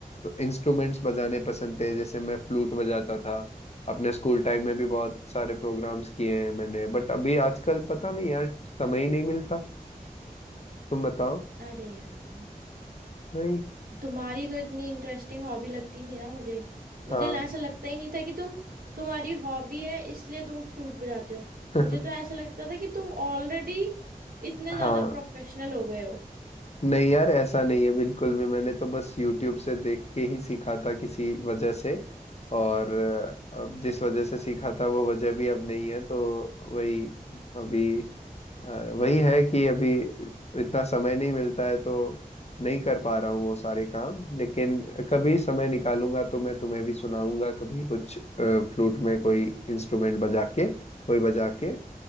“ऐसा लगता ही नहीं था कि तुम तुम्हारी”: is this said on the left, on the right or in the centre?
Right